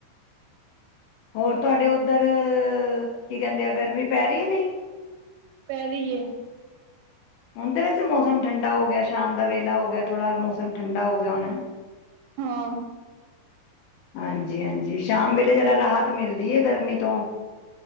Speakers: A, on the left (about 75°); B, on the right (about 85°).
A: ਹੋਰ ਤੁਹਾਡੇ ਉੱਧਰ ਕੀ ਕਹਿੰਦੇ ਆ ਗਰਮੀ ਪੈ ਰਹੀ ਹੈ ਨਹੀਂ
B: ਪੈ ਰਹੀ ਹੈ
A: ਉਹਦੇ ਵਸਤੇ ਮੌਸਮ ਠੰਡਾ ਹੋਵੇ ਹੋ ਗਿਆ ਸ਼ਾਮ ਦਾ ਵੇਹਲਾ ਹੋ ਗਿਆ ਥੋੜ੍ਹਾ ਮੌਸਮ ਠੰਡਾ ਹੋ ਗਿਆ ਹੁਣ
B: ਹਾਂ
A: ਹਾਂਜੀ -ਹਾਂਜੀ ਸ਼ਾਮ ਵੇਲੇ ਜਰਾ ਰਾਹਤ ਮਿਲਦੀ ਹੈ ਗਰਮੀ ਤੋਂ